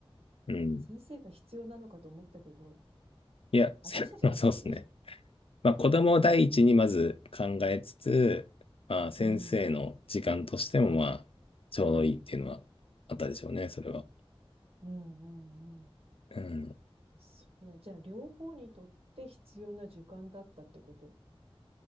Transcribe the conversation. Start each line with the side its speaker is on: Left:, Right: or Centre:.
Left: うん。
Right: 先生が必要なのかと思ったけど、
Left: いや、
Right: 私たちが必要。
Left: せ <laughs> まあ、そうですね。
Right: <laughs>
Left: まあ、子供を第一にまず考えつつ、まあ、先生の時間としても、
Right: うん、
Left: まあ、ちょうどいいっていうのはあったでしょうね、それは。
Right: うん、うん、うん。
Left: うん。
Right: そうだね。じゃあ、両方にとって必要な時間だったってこと。